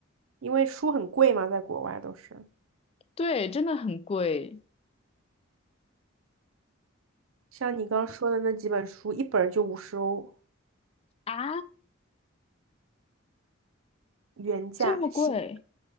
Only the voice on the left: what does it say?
对，真的很贵，
啊，
这么贵？